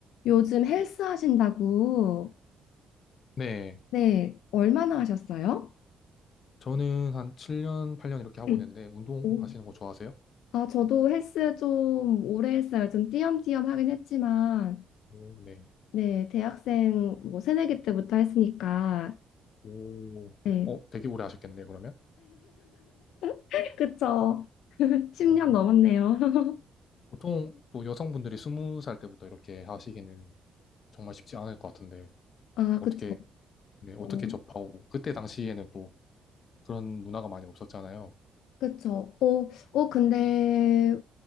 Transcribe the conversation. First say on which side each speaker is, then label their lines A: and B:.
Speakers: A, on the left (about 85°); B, on the left (about 55°).
A: 요즘 헬스 하신다고.
B: 네.
A: 네, 얼마나 하셨어요?
B: 저는 한 7년, 8년 이렇게 하고
A: 응.
B: 있는데, 운동하시는
A: 오.
B: 거 좋아하세요?
A: 아, 저도 헬스 좀 오래 했어요. 좀 띄엄띄엄 하긴 했지만,
B: 오, 네.
A: 네, 대학생 뭐 새내기 때부터 했으니까,
B: 오,
A: 네,
B: 어, 되게 오래 하셨겠네요, 그러면.
A: <laughs> 그쵸. <laughs> 10년
B: 어,
A: 넘었네요. <laughs>
B: 보통 또 여성분들이 20살 때부터 이렇게 하시기는 정말 쉽지 않을 것 같은데,
A: 아,
B: 어떻게,
A: 그쵸.
B: 네, 어떻게
A: 어,
B: 접하고, 그때 당시에는 또 그런 문화가 많이 없었잖아요.
A: 그쵸. 어, 어, 근데